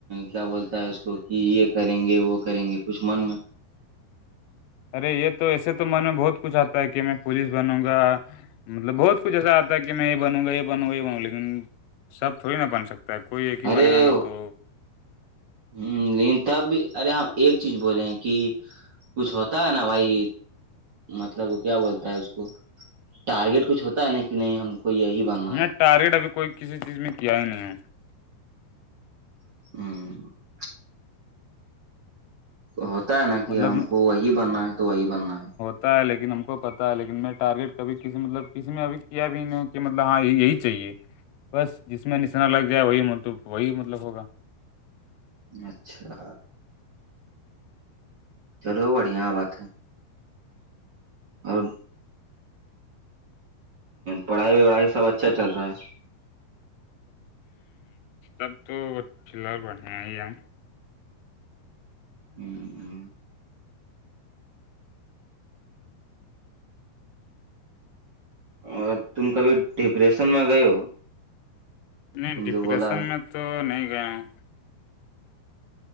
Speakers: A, on the right; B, on the left.
A: کیا بولتا ہے اس کو کہ یہ کریں گے وہ کریں گے کچھ من میں
B: ارے یہ تو ایسے تو من میں بہت کچھ آتا ہے کہ میں پوولس بنوں گا مطلب بہت کچھ ایسا آتا کہ میں یہ بنوں گا یہ بوں گا یہ بنوںا لیکن سب تھوڑی نا بن سکتا پیکئی ایک ہی
A: ارے
B: بنے گا نا تو
A: ہوں لیکن تب بھی ارے ہم ایک چیز بولولے ہیں کہ کچھ ہوتا ہے نا بھائی مطلب کیا بولتا ہے اس کو ٹارگیٹ کچھ ہوتا ہے نا کہ نہیں ہم کو یہی بننا
B: میں
A: ہے
B: ٹارگیٹ ابھی کوئی کسی چیز میں کیا ہی نہیں ہے
A: ہوں ہوتا ہے نا کہ
B: مطلب
A: ہم کو وہی بننا ہے تو وہی بننا ہے
B: پتا ہے لیکن ہم کو پتا ہے لیکن میں ٹارگیٹ کبھی کسی مطلب کسی میں ابھی کیا بھی نہیں کہ مطلب ہاں یہی چاہیے بس جس میں نشرح لگ جائے وہی م وہی مطلب ہوگا
A: اچھا چلو بڑھیا بات ہے اور پڑھائی وڑھائی سب اچھا چل رہا ہے
B: تب تو چلر بڑھیا ہی ہے
A: ہوں اور تم کا بھی ڈپریشن م گئے ہو
B: نہیں
A: تم
B: ڈپریشن
A: جو بولا
B: میں تو نہیں گیا ہوں